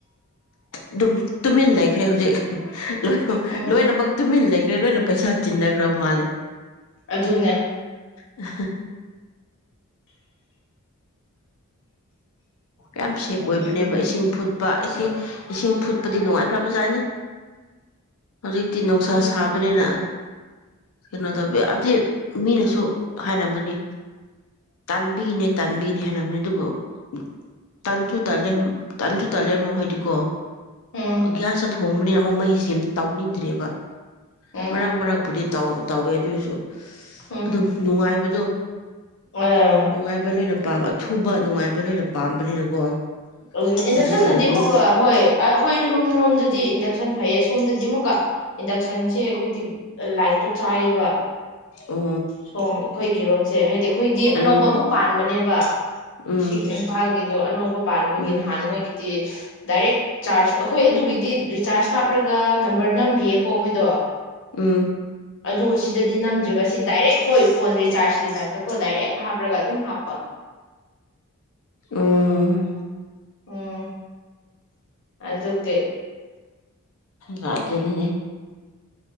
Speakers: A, on the left (about 70°); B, on the left (about 55°).
A: ꯑꯗꯨꯝ ꯇꯨꯃꯤꯟ ꯂꯩꯈ꯭ꯔꯦ ꯍꯧꯖꯤꯛ ꯂꯣꯏ
B: ꯎꯝ
A: ꯂꯣꯏꯅꯃꯛ ꯇꯨꯃꯤꯟꯅ ꯂꯩ ꯀꯦ ꯂꯣꯏꯅ ꯄꯩꯁꯥ ꯆꯤꯟꯊꯈ꯭ꯔꯕ ꯃꯥꯜꯂꯦ
B: ꯑꯗꯨꯅꯦ
A: ꯎ ꯌꯥꯝ ꯁꯦꯞ
B: ꯎꯝ
A: ꯑꯣꯏꯕꯅꯦꯕ ꯏꯁꯤꯡ ꯐꯨꯠ ꯏꯁꯤꯡ ꯏꯁꯤꯡ ꯐꯨꯠꯄꯗꯤ ꯅꯨꯡꯉꯥꯏꯈ꯭ꯔꯕꯖꯥꯅꯤ ꯍꯧꯖꯤꯛꯇꯤ ꯅꯨꯡꯁꯥ
B: ꯎꯝ
A: ꯁꯥꯕꯅꯤꯅ ꯀꯩꯅꯣ ꯇꯧꯕꯤ ꯍꯥꯏꯕꯗꯤ ꯃꯤꯅꯁꯨ ꯍꯥꯏꯔꯝꯒꯅꯤ ꯇꯥꯟꯕꯤꯒꯤꯅꯦ ꯇꯥꯟꯕꯤꯅꯤ ꯍꯥꯏꯔꯝꯅꯤ ꯃꯗꯨꯕꯨ ꯇꯥꯟꯁꯨ ꯇꯥꯂꯦ ꯇꯥꯟꯁꯨ ꯇꯥꯂꯦ ꯑꯃꯃꯝ ꯍꯥꯏꯗꯤꯀꯣ
B: ꯎꯝ
A: ꯑꯒꯔꯁ ꯊ ꯍꯣꯡꯕꯅꯤꯅ ꯑꯃꯨꯛ ꯃꯩꯁ ꯌꯥꯝ ꯇꯥꯎꯅꯤꯡꯗ꯭ꯔꯦꯕ
B: ꯎꯝ
A: ꯃꯔꯥꯡ ꯃꯔꯥꯡ ꯄꯨꯗꯤ ꯧ ꯇꯧꯋꯦ ꯑꯗꯨꯁꯨ
B: ꯎꯝ
A: ꯑꯗꯨꯝ ꯅꯨꯡꯉꯥꯏꯕ ꯗ
B: ꯑꯥ
A: ꯅꯨꯡꯉꯥꯏꯕ ꯂꯩ ꯅ ꯝ ꯑꯊꯨꯕ ꯅꯨꯡꯉꯥꯏꯕ ꯂꯣꯏꯅ ꯄꯥꯝꯕꯅꯤꯅꯀꯣ
B: ꯑꯗꯨꯅ
A: ꯑꯗꯨꯕꯨ
B: ꯏꯟꯗꯛꯁꯟꯅꯗꯤ
A: ꯑꯣꯏꯕꯅꯦ
B: ꯑꯃꯨꯛ ꯍꯣꯏ ꯑꯩꯈꯣꯏ ꯔꯨꯝ ꯔꯣꯝꯗꯗꯤ ꯏꯟꯗꯛꯁꯟ ꯐꯩꯌꯦ ꯁꯣꯝꯗꯗꯤ ꯑꯃꯨꯛꯀ ꯏꯟꯗꯛꯁꯟꯁꯦ ꯑꯩꯈꯣꯏꯗꯤ ꯂꯥꯏꯠꯇꯣ ꯆꯥꯏꯑꯕ
A: ꯑꯣ
B: ꯁꯣꯝ ꯑꯩꯈꯣꯏꯒꯤ ꯔꯣꯝꯁꯦ ꯍꯥꯏꯗꯤ ꯑꯩꯈꯣꯏꯗꯤ ꯑꯅꯧꯕ
A: ꯎꯝ
B: ꯑꯃꯨꯛ ꯄꯥꯟꯕꯅꯦꯕ
A: ꯎꯝ
B: ꯁꯤ ꯏꯝꯐꯥꯜꯒꯤ ꯑꯅꯧꯕ ꯄꯥꯟꯕꯒꯤ
A: ꯎꯝ
B: ꯅꯍꯥꯟ ꯃꯣꯏꯒꯤꯗꯤ ꯗꯥꯏꯔꯦꯛ ꯆꯥꯔꯖ ꯑꯩꯈꯣꯏ ꯑꯗꯨꯒꯤꯗꯤ ꯔꯤꯆꯥꯔꯖ ꯍꯥꯞꯂꯒ ꯅꯝꯕꯔ ꯅꯝꯔꯤꯌꯦꯀꯣ ꯑꯩꯈꯣꯏꯗꯣ
A: ꯎꯝ
B: ꯑꯗꯨ ꯁꯤꯗꯗꯤ ꯅꯝꯗ꯭ꯔꯤꯕꯁꯤ ꯗꯥꯏꯔꯦꯛ ꯍꯣꯏ ꯐꯣꯟ ꯔꯤꯆꯥꯔꯖꯀꯤ ꯇꯥꯏꯞꯇꯀꯣ ꯗꯥꯏꯔꯦꯛ ꯍꯥꯞ꯭ꯔꯒ ꯑꯗꯨꯝ ꯍꯥꯞꯄ
A: ꯎꯝ
B: ꯎꯝ ꯑꯗꯀꯦ
A: ꯔꯅꯤ